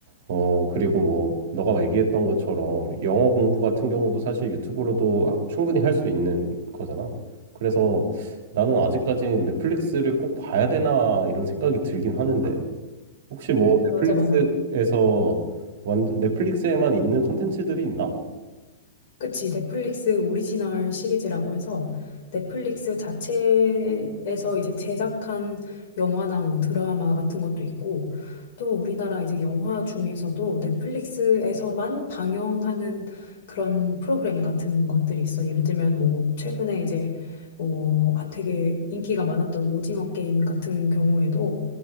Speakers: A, on the right; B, on the left.
A: 어, 그리고 뭐, 너가 얘기했던 것처럼 영어 공부 같은 경우도 사실 유튜브로도 아- 충분히 할 수 있는 거잖아. 그래서 나는 아직까지 넷플릭스를 꼭 봐야 되나 이런 생각이 들긴 하는데, 혹시 뭐
B: 음,
A: 넷플릭스에서
B: 맞아, 맞아.
A: 완 넷플릭스에만 있는 컨텐츠들이 있나?
B: 그치, 넷플릭스 오리지널 시리즈라고 해서 넷플릭스 자체에서 이제 제작한 영화나 뭐 드라마 같은 것도 있고 또 우리나라 이제 영화 중에서도 넷플릭스에서만 방영하는 그런 프로그램 같은 것들이 있어. 예를 들면 뭐 최근에 이제 뭐 되게 인기가 많았던 오징어 게임 같은 경우에도